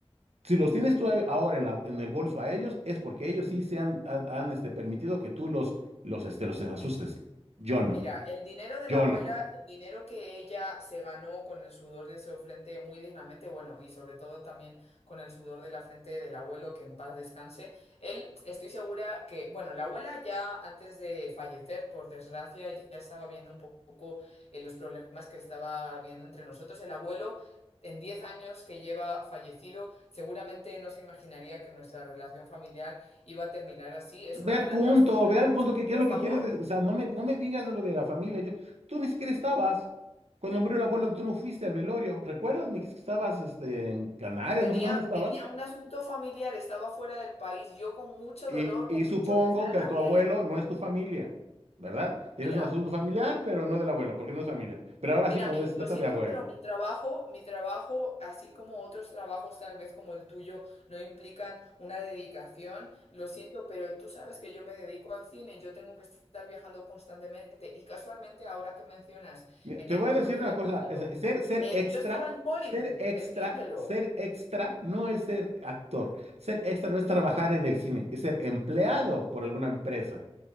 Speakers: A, on the right; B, on the left.
A: si los tienes tú ahí ahora en la, en el bolso a ellos, es porque ellos sí se han, han, han, este, permitido que tú los, los, este, los asustes. Yo no,
B: Mira, el dinero de
A: yo
B: la abuela,
A: no.
B: el dinero que ella se ganó con el sudor de su frente muy dignamente, bueno, y sobre todo también con el sudor de la frente del abuelo, que en paz descanse. Él, estoy segura que, bueno, la abuela ya antes de fallecer, por desgracia, ya estaba viendo un poco eh, los problemas que estaba habiendo entre nosotros. El abuelo, en 10 años que lleva fallecido, seguramente no se imaginaría que nuestra relación familiar iba a terminar así. Es
A: Ve
B: una
A: al
B: gran
A: punto,
B: lástima.
A: ve
B: Entonces,
A: al punto que qué
B: por
A: es lo
B: favor.
A: que quieres. de- o sea, no me, no me digas lo de la familia. Yo, tú ni siquiera estabas. Cuando murió el abuelo, tú no fuiste al velorio. ¿Recuerdas? Me dijiste que estabas, este, en Canarias,
B: Tenía,
A: no sé dónde estabas.
B: tenía un asunto familiar, estaba fuera del país. Yo con mucho
A: Y,
B: dolor,
A: y
B: con
A: supongo
B: mucho pesar,
A: que
B: había
A: tu abuelo
B: ido.
A: no es tu familia, ¿verdad? Tienes
B: Mira,
A: un asunto familiar, pero no del abuelo, porque no es familia. Pero ahora
B: mira,
A: sí, cuando
B: mi-
A: se trata
B: lo siento,
A: de abuela.
B: pero mi trabajo, mi trabajo, así como otros trabajos, tal vez como el tuyo, no implican una dedicación. Lo siento, pero tú sabes que yo me dedico al cine, yo tengo que estar viajando constantemente. Y casualmente, ahora que mencionas
A: Mira,
B: en
A: te
B: el
A: voy
B: velorio
A: a decir una
B: del
A: cosa,
B: abuelo,
A: es- ser, ser
B: eh,
A: extra,
B: yo estaba en Hollywood,
A: ser extra,
B: entiéndelo.
A: ser extra no es ser actor, ser extra no es trabajar en el cine, es ser empleado por alguna empresa.